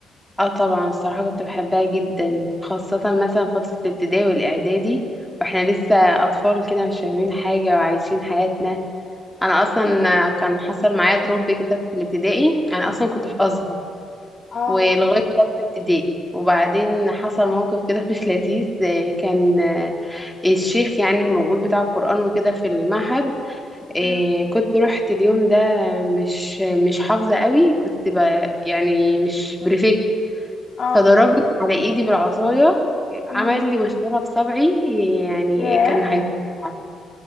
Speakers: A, in the centre; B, on the left (about 35°).
A: اه طبعا الصراحه كنت بحبها جدا خاصه مثلا فتره الابتدائي والاعدادي واحنا لسه اطفال كده مش فاهمين حاجه وعايشين حياتنا انا اصلا كان حصل معايا دروب كده في الابتدائي انا اصلا كنت في ازهر
B: اه
A: ولغايه تالتة ابتدائي وبعدين حصل موقف كده <laughs> مش لذيذ آه، كان آه، الشيخ يعني الموجود بتاع القران وكده في المعهد إيه
B: امم
A: كنت رحت اليوم ده مش مش حافظة قوي كنت ب يعني مش بريفكت
B: اه
A: فضربني على ايدي بالعصاية عمل
B: امم
A: لي مشكلة في صبعي يعني
B: ياه
A: كان هيتقطع